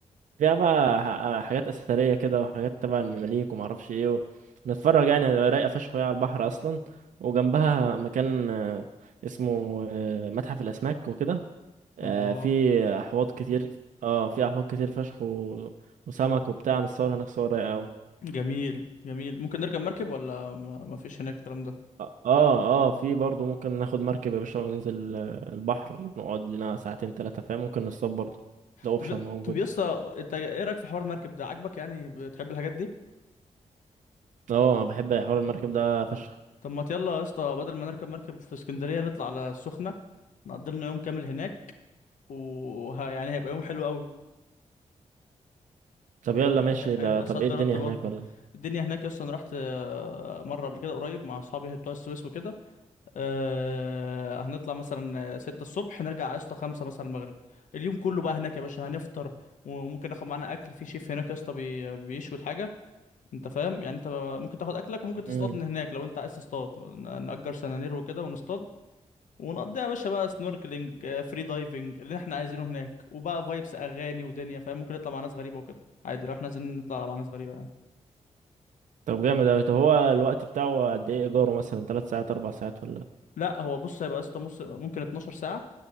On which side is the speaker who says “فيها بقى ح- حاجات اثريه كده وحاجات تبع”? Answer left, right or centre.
Right